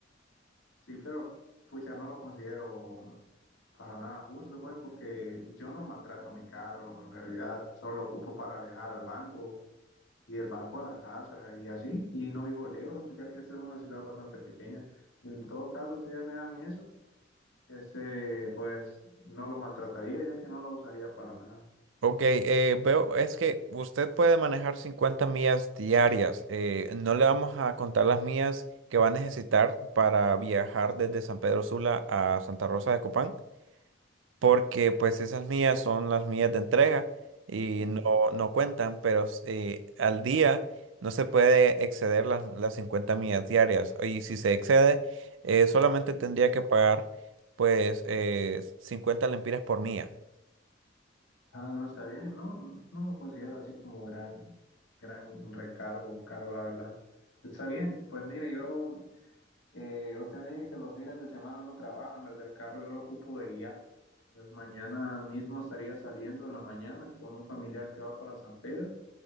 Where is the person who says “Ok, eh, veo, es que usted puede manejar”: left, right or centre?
Right